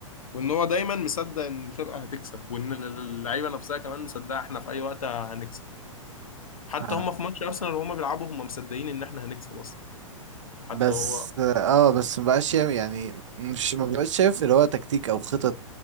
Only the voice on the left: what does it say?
وان هو دايما مصدق ان الفرقه هتكسب وان ال- اللعيبه نفسها كمان مصدقه احنا في اي وقت هنكسب حتى
هم في ماتش ارسنال وهم بيلعبوا هم مصدقين ان احنا هنكسب اصلا حتى
هو